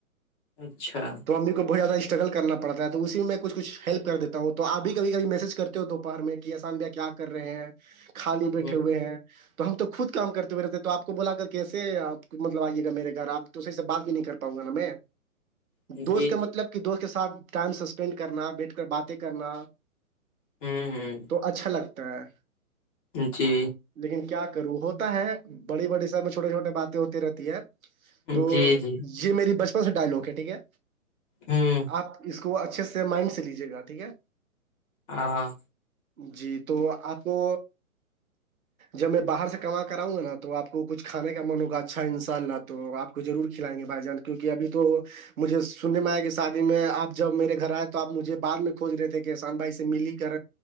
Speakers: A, on the left; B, on the right.
A: اچھا
B: تو امی کو بہت زیادہ اسٹرگل کرنا پڑتا ہے تو اسی میں کچھ کچھ ہیلپ کر دیتا ہوں تو آبھی کبھی کھی میج کرتے ہو دوپہر میں کہ کیسان بھیا کیا کر رہے ہیں خالی
A: ہ
B: بیٹھے ہوئے ہیں تو ہم تو خود کام کرتے ہوئے رہتے تو آپ کو بلا کر کیسے آپ مطلب آئیے گا میرے گھر آپ تو صح سے بات بھی نہیں کراں گا نا میں
A: جی
B: دوست کا
A: جی
B: مطلب کہ دوست کے ساتھ ٹائم اسپینڈ کرنا بیٹھ کر باتیں کرنا
A: ہوں ہ
B: تو اچھا لگتا ہے
A: جی
B: لیکن کیا کروں ہوتا ہے بڑی بڑی سم میں چھوٹے چھوٹے باتیں ہوتی رہتی ہے تو
A: جی جی
B: یہ میری بچپن سے ڈائلگ ہے ٹھیک ہے
A: ہوں
B: آپ اس کا کو اچھے سے مائنڈ سے لیجیےا ٹھیک ہے
A: ہاں
B: جی تو آپ کو جب میں باہر سے کما کراؤ گا نا تو آپ کو کچھانے کا من ہوگا اچھا ان شاء اللہ تو آپ کو ضور کلائیں گے بھائی جان کے کیونکہ ابھی تو مجھے سننے میں آیا کہ شادی میں آپ جب میرے گھر آئے تو آپ مجھے بع میں کوج رہے تھے کہ اسان بھائی سے ملی کر